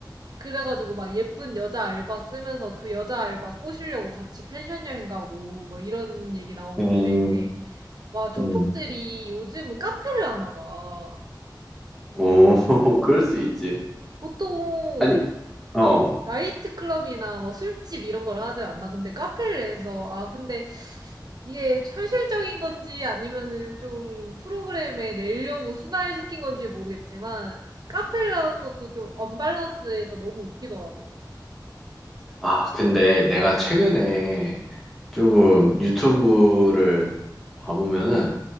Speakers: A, on the right (about 60°); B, in the centre.
A: 그래가지고 막 예쁜 여자 알바 쓰면서 그 여자 알바 꼬시려고 같이 펜션 여행 가고 뭐 이런 얘기 나오는데
B: 음,
A: 와 조폭들이
B: 음,
A: 요즘은 카페를 하나 봐.
B: 어, <laughs> 그럴 수 있지.
A: 보통
B: 아니, 어.
A: 나이트클럽이나 뭐 술집 이런 걸 하지 않나? 근데 카페를 해서, 아, 근데 이게 현실적인 건지 아니면은 좀 프로그램에 내려고 순환시킨 건지 모르겠지만, 카페를 하는 것도 좀 언밸런스해서 너무 웃기더라고.
B: 아, 근데 내가 최근에 조금 유튜브를 봐보면은